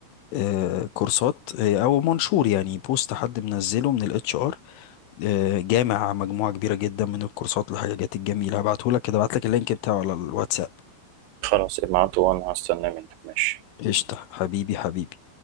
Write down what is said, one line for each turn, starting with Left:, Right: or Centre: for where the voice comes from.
Left: آه، كورسات آه، او منشور يعني بوست حد منزله من الاتش ار جامع مجموعة كبيرة جدا من الكورسات والحاجات الجميلة هبعته لك كده هبعت لك اللينك بتاعه على الواتساب
Right: خلاص ابعته وانا هستنى منك ماشي
Left: قشطة حبيبي حبيبي